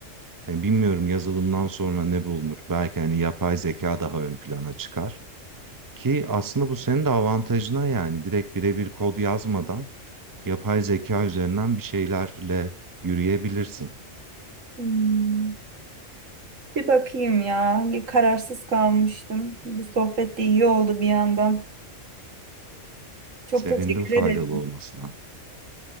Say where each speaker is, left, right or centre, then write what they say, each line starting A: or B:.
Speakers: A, on the right; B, on the right.
A: Hani bilmiyorum yazılımdan sonra ne bulunur belki hani yapay zeka daha ön plana çıkar. Ki aslında bu senin de avantajına yani direkt birebir kod yazmadan yapay zeka üzerinden bir şeylerle yürüyebilirsin.
B: Hmm, bir bakayım ya kararsız kalmıştım. Bu sohbet de iyi oldu bir yandan. Çok
A: Sevindim
B: teşekkür
A: faydalı
B: ederim.
A: olmasına.